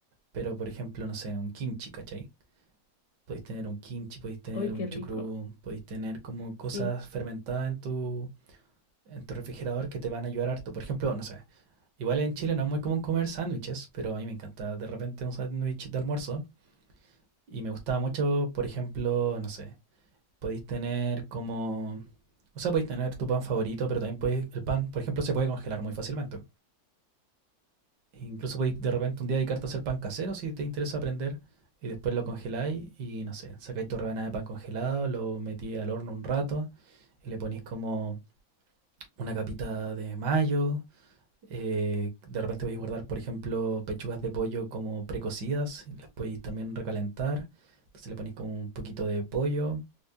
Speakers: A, on the right; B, on the left.
A: pero por ejemplo, no sé, un kimchi, ¿cachai? Podéis tener un kimchi, podéis tener
B: Uy, qué
A: un
B: rico.
A: chucrú, podéis tener como cosas
B: Sí,
A: fermentadas en tu, en tu refrigerador que te van a ayudar harto. Por ejemplo, no sé, igual en Chile no es muy común comer sándwiches, pero a mí me encanta de repente un sándwich de almuerzo. Y me gustaba mucho, por ejemplo, no sé, podéis tener como... O sea, podéis tener tu pan favorito, pero también podéis, el pan, por ejemplo, se puede congelar muy fácilmente. E Incluso podéis de repente un día dedicarte a hacer pan casero si te interesa aprender. Y después lo congeláis y no sé, sacáis tu rebanada de pan congelado, lo metí al horno un rato y le ponéis como una capita de mayo. eh, de repente podéis guardar, por ejemplo, pechugas de pollo como precocidas, y las podéis también recalentar. Entonces le ponéis como un poquito de pollo.